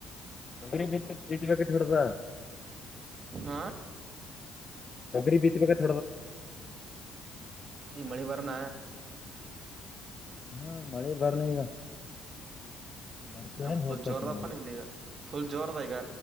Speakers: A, on the left (about 35°); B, on the right (about 50°).
A: ನಂಗಡಿ ಬ ಬಿದ್ದಬೇಕ ೋಡದ <unintelligible>
B: ಹ
A: ತೊಗರಿ ಬಿತ್ತಬೇಕ <inaudible>
B: ಈ ಮಳಿ ಬರಣ
A: ಹ್ಮ ಮಳೆ ಬರಲಿ ಈಗ ಬರ್ತದ
B: ಎನ
A: ಏನ್
B: ಫುಲ್
A: ಹೋಗ್ತಕ್ರಿ
B: ಜೋರದಪ್ಪ
A: ಮಳಿ
B: ನಿಮ್ದ್ ಈಗ ಫುಲ್ ಜೋರದ ಈಗ